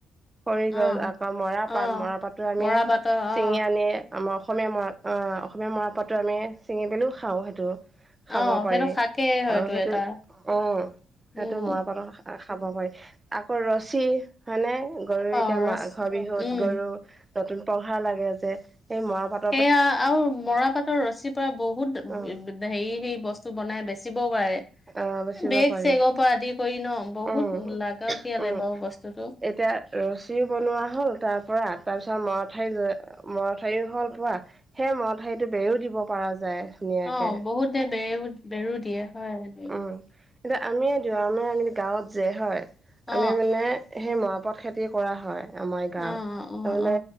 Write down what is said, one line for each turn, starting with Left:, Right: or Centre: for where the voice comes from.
Right: খৰি
Left: অ
Right: গছ আকৌ মৰা পাট
Left: অ
Right: মৰা পাতো আমি
Left: মৰা পাতৰ
Right: ছিঙি
Left: অ
Right: আনি আমাৰ অসমীয়া মৰা আ, অসমীয়া মৰা পাটটো আমি পেলাই খাওঁ সেইটো। খাব
Left: অ
Right: পাৰি
Left: সেইটো শাকেই হয়তো
Right: আৰু সেইটো,
Left: এটা
Right: অ', সেইটো
Left: উম
Right: মৰা পাটৰ খাব পাৰি আকৌ ৰছী মানে গৰুৰ
Left: অ
Right: এতিয়া
Left: ৰচ
Right: মাঘৰ বিহুত
Left: উম
Right: গৰুৰ নতুন পঘাৰ লাগে যে সেই মৰা পাট
Left: সেয়া আৰু মৰা পাটৰ ৰছীৰ পৰা বহুত
Right: উম
Left: হেৰি সেই বস্তু বনাই বেচিবও পাৰে।
Right: অ বাচিব
Left: বেগ
Right: পাৰি
Left: চেগৰ পৰা আদি কৰি ন' বহুত
Right: উম
Left: লাগাৱতিয়ালে
Right: উম
Left: বাৰু বস্তুটো।
Right: এতিয়া ৰছীও বনোৱা হ'ল তাৰ পৰা তাৰপিছত মৰাঠাই মৰাঠাৰিও হ'ল পোৱা সেই মৰা ঠাৰিটো বেৰো দিব পৰা যায়। ধুনীয়াকে
Left: অ বহুতে বেও বেৰো দিয়ে হয়
Right: উ এতিয়া আমিয়ে লদিও আমাৰ এনেকে গাঁৱত যে হয়
Left: অ
Right: আমি মানে সেই মৰাপাত খেতি কৰা হয় আমাৰ গাঁৱত
Left: অ অ
Right: তামানে
Left: অ